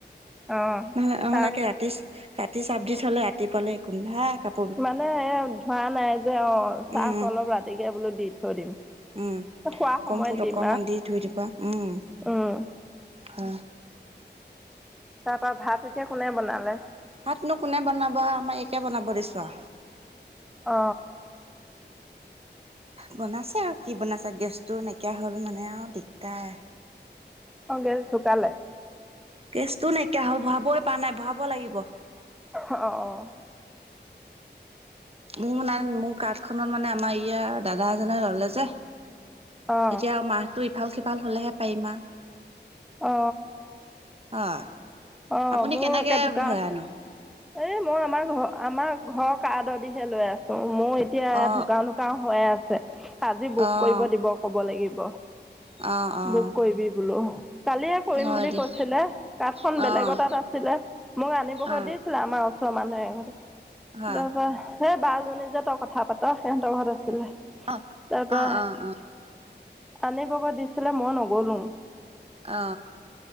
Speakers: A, in the centre; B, on the right (about 35°).
A: অঁ
B: নহলে নহ'লেকে
A: চাহ
B: ৰা তি ৰাতি চাব দি থলে ৰাতিপুৱালে গোন্ধাই কাপ
A: মানে এ ধোৱা মা নাই যে অ চাফ
B: উম
A: অলপ ৰাতিকে বোলো দি থৈ দিম।
B: উম
A: খোৱা সময়ত
B: কম্ফৰ্ত
A: দিম
B: অকনমান দি ধুই দিবা উম।
A: আৰু
B: হয়।
A: তাৰপৰা, ভাত এতিয়া কোনে বনালে?
B: ভাতনো, কোনে বনাব, আমাৰ একে বনাব দিছো, আৰু।
A: অ,
B: বনাইছে আৰু কি বনাইছে, গেছটো নাইকিয়া হ'ল মানে আৰু দিগদাৰ।
A: অ, গেছ ঢুকালে।
B: গেছতটো নাইকিয়া হ'ল, ভৰাবই পৰা নাই ভৰাব লাগিব।
A: অ, অ,
B: মোৰ নাই মোৰ কাৰাঠ খনত, মানে আমাৰ ইয়াৰ দাদা এজনে ললে যে
A: অ
B: এতিয়া মাহতটো, ইফাল সিফাল হ'লে হে পাৰিম‌, আ
A: অ,
B: হয়,
A: অ
B: আপুনি
A: মোৰ
B: কেনেকে
A: একে ঢুকাও
B: ভৰাই‌ নো?
A: এই, মই আমাৰ ঘৰ, আমাৰ ঘৰ, কৰদদিহে লৈ আছো, মোৰ এতিয়া,
B: অ
A: ধোকাও ও, হৈয়ে আছে, আজি বুক
B: অ
A: কৰিব দিব ক'ব লাগিব।
B: অ', অ',
A: বুক কৰিব বোলো। কালিয়ে কৰিম
B: হয়
A: বুলি
B: দিয়া
A: কৈছিলে, কাৰ্দখন
B: অ',
A: বেলেগ তাত আছিলে, মোক আনিব গৈ
B: অ',
A: দি ছিলে, আমাৰ ওচৰৰ মানুহ এঘৰত
B: হয়।
A: তাৰপা সেই বাজনী যে, তই কথা পাত, সিহঁতৰ ঘৰত আছিলে
B: অ',
A: তাৰপা
B: অ', অ', অ',
A: আনিবগৈ দিছিলে, মই নগ'লো।
B: অ,